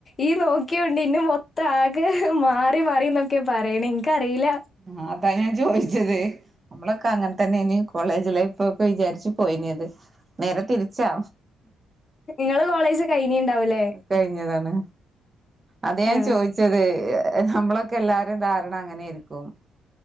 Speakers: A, on the left; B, on the right.
A: ഈയ് നോക്കിയോണ്ട് ഇന്നി മൊത് ത്തെ ആകെ മാറി മറിയുന്നൊക്ക് ക്കെ പറയണേ ഇനിക്കറിയില്ല.
B: ആഹ് അതാ ഞാൻ ചോയിച്ച ത് നമ്മളൊക്കെ അങ്ങനെ തന്നെ ഏനി കോളേജ് ലൈഫ് ഒക്കെ വിചാരിച്ച് പോയിനത് നേരെ തിരിച്ചാ.
A: ഇങ്ങള് കോളേജ് കഴിഞ്ഞീ ഇണ്ടാവൂല്ലേ?
B: കഴിഞ്ഞതാണ് അതാ ഞാൻ
A: ആഹ്
B: ചോയിച്ചത് നമ്മളൊക്കെ എല്ലാരുടെയും ധാരണ അങ്ങനെയായിരിക്കും